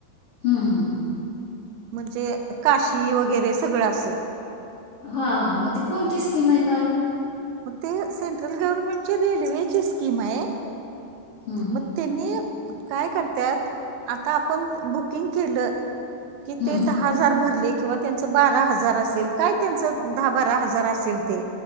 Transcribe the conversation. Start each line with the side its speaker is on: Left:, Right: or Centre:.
Left: हूं!
Right: म्हणजे काशी वगेरे सगळं असं.
Left: हा हा म ती कोणती स्कीम आहे काय?
Right: म ते सेंट्रल गव्हर्मेंट ची रेल्वेची स्कीम आहे.
Left: हूं!
Right: म त्यांनी काय करत्यात आता आपण बुकिंग केलं. कि
Left: हां
Right: ते दहा हजार भरले, किंवा त्यांच बारा हजार असेल काय त्यांच दहा बारा हजार असेल ते.